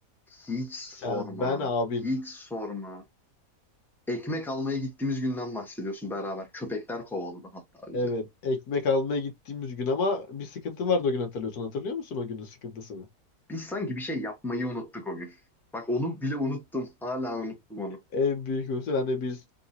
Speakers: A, in the centre; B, on the left.
A: Hiç sorma.
B: Sen, ben, abin.
A: Hiç sorma. Ekmek almaya gittiğimiz günden bahsediyorsun beraber. Köpekler kovaladı hatta
B: Evet,
A: bizi.
B: ekmek almaya gittiğimiz gün ama bir sıkıntı vardı o gün hatırlıyorsun. Hatırlıyor musun o günün sıkıntısını?
A: Biz sanki bir şey yapmayı unuttuk o gün. Bak onu bile unuttum. Hala unuttum onu.
B: En büyük mesela hani biz